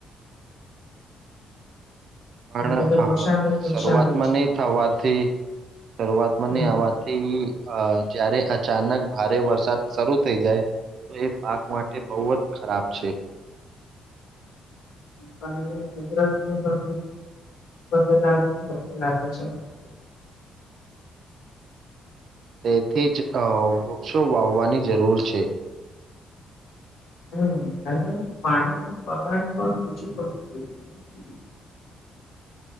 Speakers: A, on the right; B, on the left.
A: <inaudible> પણ
B: એમને તો
A: આ
B: નુકસાન જ
A: શરૂઆતમાં
B: નુકસાન હોય છે
A: નહી થવાથી શરૂઆતમાં
B: હમ
A: નહી આવાથી અ જયારે અચાનક ભારે વરસાદ શરૂ થઇ જાય તો એ પાક માટે બહુ જ ખરાબ છે
B: હમજરા શ બદલાતું લાગે છે મને
A: <inaudible> તેથી જ વૃક્ષો વાવવાની જરૂર છે
B: હમ અને પાણી ન બગાડ પર ઓછું કરવું જોઈ
A: <inaudible>